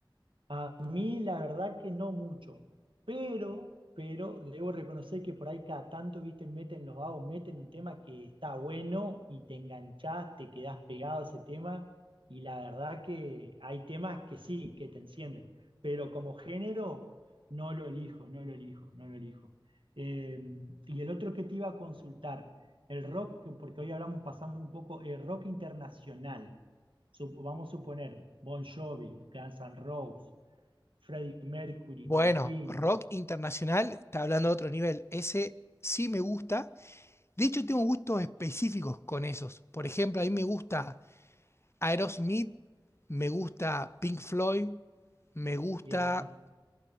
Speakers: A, on the right; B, on the left.
A: A mí la verdad que no mucho, pero, pero debo reconocer que por ahí cada tanto, viste, meten los vagos, meten un tema que está bueno y te enganchás, te quedás pegado a ese tema y la verdad que hay temas que sí, que te encienden, pero como género no lo elijo, no lo elijo, no lo elijo. Eh, y el otro que te iba a consultar, el rock, que- porque hoy hablamos, pasamos un poco, el rock internacional. Sup- vamos a suponer, Bon Jovi, Guns N' Roses, Freddie Mercury
B: Bueno,
A: con Queen.
B: rock internacional está hablando de otro nivel. Ese sí me gusta. De hecho, tengo gustos específicos con esos. Por ejemplo, a mí me gusta Aerosmith, me gusta Pink Floyd, me gusta
A: Bien,